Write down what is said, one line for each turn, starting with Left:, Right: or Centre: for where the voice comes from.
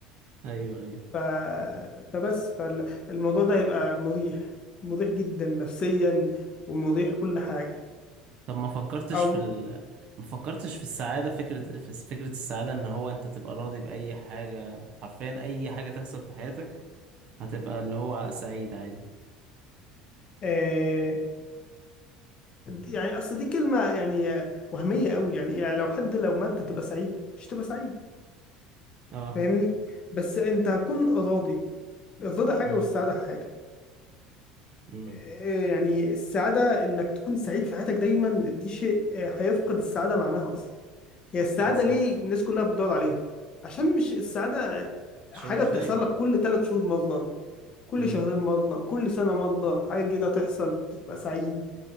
Right: ايوه ايوه
Left: ف... فبس فالموضوع ده هيبقى مريح مريح جدا نفسيا ومريح كل حاجة
Right: طب ما فكرتش
Left: أو
Right: في ال... ما فكرتش في السعادة فكرة في فكرة السعادة ان هو انت تبقى راضي بأي حاجة حرفيا اي حاجة تحصل في حياتك هتبقى اللي هو سعيد عادي
Left: آه... يعني أصل دي كلمة يعني آه، وهمية قوي يعني, إيه؟ يعني لو حد لو مات هتبقى سعيد مش هتبقى سعيد
Right: اه
Left: فاهمني بس أنت هتكون راضي الرضا حاجة
Right: امم
Left: والسعادة حاجة
Right: امم
Left: آه، يعني السعادة إنك تكون سعيد في حياتك دايما دي شيء آه، هيفقد السعادة معناها أصلا هي السعادة
Right: بالظبط
Left: ليه الناس كلها بتدور عليها عشان مش السعادة
Right: عشان
Left: حاجة
Right: مش
Left: بتحصل
Right: دايما
Left: لك كل ثلاث شهور مرة كل
Right: امم
Left: شهرين مرة كل سنة مرة حاجة جديدة تحصل تبقى سعيد